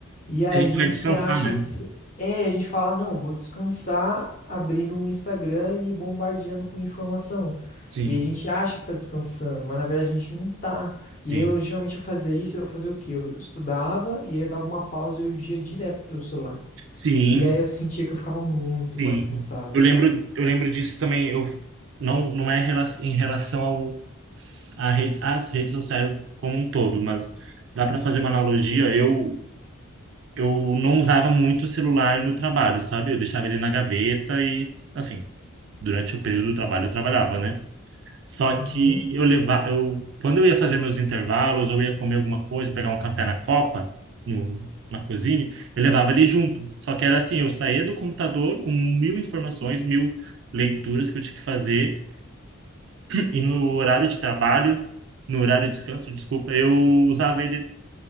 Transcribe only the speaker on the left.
E a
gente
acha
que. se- É, a gente fala, não, vou descansar abrindo um Instagram e me bombardeando com informação.
E aí a gente acha que tá descansando, mas na verdade a gente não tá.
E aí eu geralmente eu fazia isso, eu fazia o quê? Eu estudava e aí eu dava uma pausa e eu ia direto pro celular.
E aí eu sentia que eu ficava muito
mais cansado,
sabe?
Uhum.